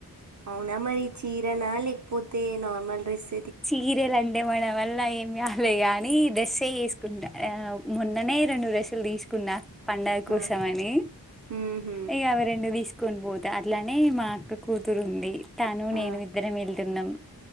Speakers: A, on the right; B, in the centre.
A: అవునా మరి చీరనా లేకపోతే నార్మల్ రెస్
B: చిరెలు అండే మవల్లా సమ్యాలే ని దెసే వసుకుంటా ఆ మొన్ననే రెండు రసలు తీసుకున్నా పండగ కూశమని
A: ఆ, మ్మ్హ.
B: ఇంక అవ రెండు తీసు కొని పోతా అట్లానే మా అక్క కూతురు ఉంది తాను నేను
A: ఆ,
B: ఇద్దరం వెళ్తున్నాం